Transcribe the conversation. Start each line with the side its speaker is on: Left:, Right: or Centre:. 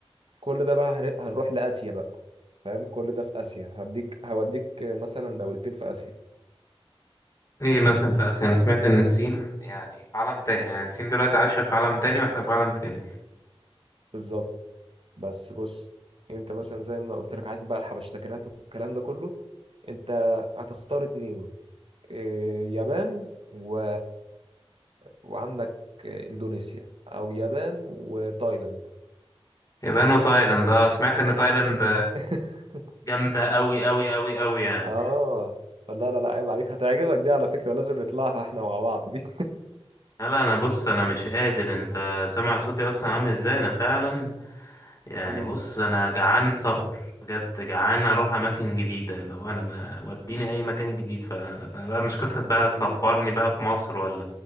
Right: كل ده بقى هن- هنروح لآسيا بقى فاهم كل ده في آسيا هديك هوديك مثلا دولتين في آسيا
Left: ايه مثلا في اسيا انا سمعت ان الصين يعني في عالم تاني يعني الصين دلوقتي عايشه في عالم تاني واحنا في عالم تاني
Right: بالظبط بس بص انت مثلا زي ما قلت لك عايز بقى الحبشتكنات والكلام ده كله انت هتختار اتنين إيه، يابان و... وعندك اندونيسيا او يابان وتايلاند
Left: يابان وتايلاند اه سمعت ان تايلاند
Right: <laughs>
Left: جامده قوي قوي قوي قوي يعني
Right: اه لا لا لا عيب عليك هتعجبك دي على فكرة لازم نطلعها احنا مع بعض دي
Left: لا لا انا بص انا مش قادر انت سامع صوتي اصلا عامل ازاي انا فعلا يعني
Right: <laughs> مم.
Left: بص انا جعان سفر بجد جعان اروح اماكن جديده اللي هو انا ما وديني اي مكان جديد فانا بقى مش قصه بقى
Right: مم.
Left: تسفرني بقى في مصر ولا